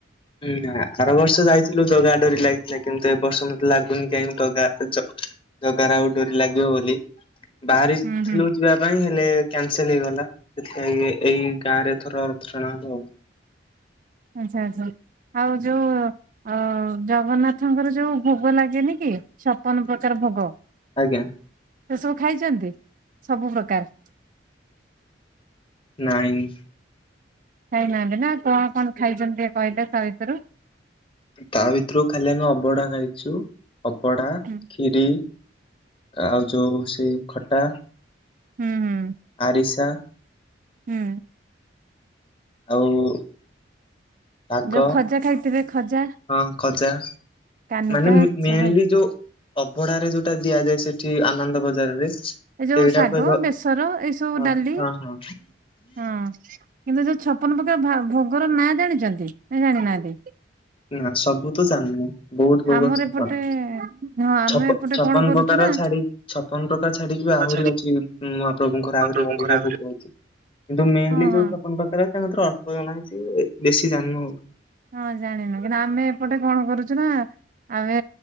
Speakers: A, on the left; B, on the right.
A: ହୁଁ ଆର ବର୍ଷ ଯାଇଥିଲୁ ଜଗା ଡୋରି ଲାଗିଥିଲା କିନ୍ତୁ ଏ ବର୍ଷ ମତେ ଲାଗୁନି କାଇଁ ଜଗା ଜଗାର ଆଉ ଡୋରି ଲାଗିବ ବୋଲି, ବାହାରିଥିଲୁ
B: ହୁଁ ହୁଁ
A: ଯିବା ପାଇଁ ହେଲେ କ୍ୟାନସେଲ ହେଇଗଲା ସେଥିପାଇଁ ଏଇ ଗାଁ ରେ ଏଥର ରଥଟଣା ହବ ଆଉ।
B: ଆଚ୍ଛା ଆଚ୍ଛା, ଆଉ ଯୋଉ ଅ ଜଗନ୍ନାଥଙ୍କର ଯୋଉ ଭୋଗ ଲାଗେନି କି ସପନ ପ୍ରକାର ଭୋଗ।
A: ଆଜ୍ଞା।
B: ସେ ସବୁ ଖାଇଛନ୍ତି ସବୁ ପ୍ରକାର?
A: ନାଇଁ।
B: ଖାଇନାହାନ୍ତି ନା କଣ କଣ ଖାଇଛନ୍ତି ଟିକେ କହିଲେ ତା ଭିତୁରୁ?
A: ତା ଭିତରୁ ଖାଲି ଆମେ ଅବଢା ଖାଇଛୁ ଅବଢା,
B: ହୁଁ
A: କ୍ଷୀରି ଆଉ ଯୋଉ ସେ ଖଟା।
B: ହୁଁ ହୁଁ।
A: ଆରିଶା।
B: ହୁଁ।
A: ଆଉ ଶାଗ
B: ଯୋଉ ଖଜା ଖାଇଥିବେ ଖଜା?
A: ହଁ ଖଜା
B: କାନିକା
A: ମାନେ ମା ମେନ୍ଲି
B: ସବୁ ଖାଇ
A: ଯୋଉ ଅଭଢାରେ ଯୋଉଟା ଦିଆଯାଏ ସେଠି ଆନନ୍ଦ ବଜାରରେ ସେଇଟା
B: ଏ ଯୋଉ ଶାଗ
A: କହିବ
B: ବେସର ଏଇସବୁ
A: ହଁ
B: ଡାଲି
A: ହଁ ହଁ।
B: ହଁ। କିନ୍ତୁ ଯୋଉ ଛପନ ପକାର ଭା ଭୋଗର ନାଁ ଜାଣିଚନ୍ତି, ନା ଜାଣି ନାହାନ୍ତି।
A: ନା ସବବୁତ ଜାଣିନି। ବହୁତ୍, ବହୁତ୍ ଭୋଗ
B: ଆମର
A: ଚ୍ଛପାନ୍ତି,
B: ଏପଟେ ହଁ ଆମେ
A: ଛପନ
B: ଏପଟେ
A: ଛ ଛପନ
B: କଣ କରୁଛୁ
A: ପ୍ରକାର
B: ନା
A: ଛାଡ଼ିକି ଛପ୍ ଛପନ ପ୍ରକାର ଛାଡ଼ିକିବି ଆହୁରି
B: ଛାଡି
A: ଅଛି ମହାପ୍ରଭୁଙ୍କର ଆହୁରି
B: ମହାପ୍ରଭୁଙ୍କର
A: ଅଧିକା
B: ଆହୁରି
A: ଭୋଗ ଅଛି। କିନ୍ତୁ ମେନ୍ଲି
B: ହଁ
A: ଯୋଉ
B: ହଁ
A: ଛପନ ପ୍ରକର ଅଛି ତାଭିତେରୁ ଅଳ୍ପ ଜାଣିଚି ବେଶୀ ଜାଣିନି।
B: ହଁ, ଜାଣିନୁ କିନ୍ତୁ ଆମେ ଏପଟେ କଣ କରୁଚୁନା ଆମେ